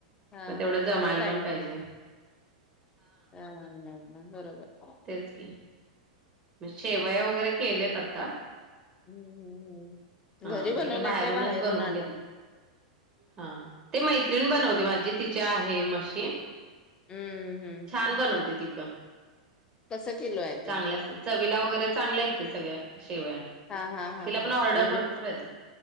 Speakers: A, on the left; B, on the right.
A: हा
B: मग तेवढं
A: हा
B: जमायला
A: तेवढा टाइम
B: पण पाहिजे.
A: हा हा हा, मग बरोबर.
B: तेच की, म शेवया वगैरे केलेत आता.
A: हम्म्,
B: हा
A: घरी बनवलाय
B: ते बाहेरूनच
A: काय बाहेरून
B: बनवून
A: आलं.
B: घेतलेत. हा, ते मैत्रीण बनवते माझी तिची आहे मशीन.
A: हम्म हम्म,
B: छान बनवते ती पण
A: कसं किलो आहे. ते?
B: चांगल्या असत्यात चवीला वगैरे चांगल्या आहेत ते सगळ्या शेवया.
A: हा हा हा
B: तिला
A: हा
B: पण ऑर्डर
A: म्हणजे
B: भरपूर आहेत.